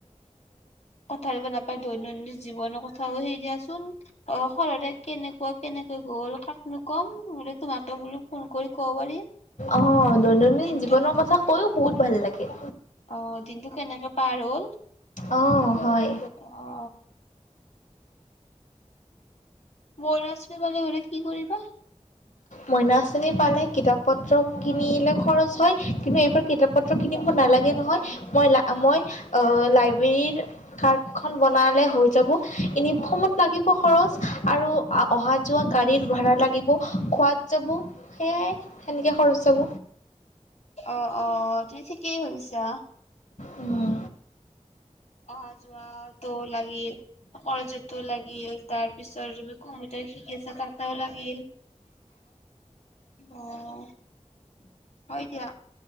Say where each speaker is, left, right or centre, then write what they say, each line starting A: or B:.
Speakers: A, on the left; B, on the left.
A: পথাৰিব নাপায় দৈনন্দিন জীৱনৰ কথাও সেই দিয়াচোন অ সৰতে কেনেকুৱা কেনেকৈ গ'ল! তাকনো কম হলে তোমাক। ব বুলো ফোন কৰি। ক'ব পাৰিম
B: আহ দৈনন্দিন
A: দিনটো
B: জীৱনৰ কথা কৈও বহুত ভাল লাগে।
A: অঁ দিনটো কেনেকে পাৰ হ'ল!
B: অঁ হয়।
A: অ বৈছ্ৰী বলে ঘৰে কি কৰিবা।
B: মইনা আঁচনি পালে কিতাপ পত্ৰ কিনিলে খৰচ হয়, কিন্তু এইবাৰ কিতাপ পত্ৰ নিব নালাগে নহয় মই লা মই অ, লাইব্ৰেৰীৰ কাৰ্ডখন বনালে হৈ যাব। এনেই ফ্ৰমট লাগিব খৰছ আৰু অহা যোৱা গাড়ীত ভাড়া লাগিব, খোৱা যাব, সেয়াই সেনেকে খৰচ যাব।
A: অ অ, তুমি ঠিকেই ভাবিছা।
B: উম।
A: অহা যোৱাটো লাগিল, কলেজতটো লাগিল, তাৰ পিছত তুমি কম্পিউটাৰ শিকি আছা তাতেও লাগিল। অহ হয় দিয়া,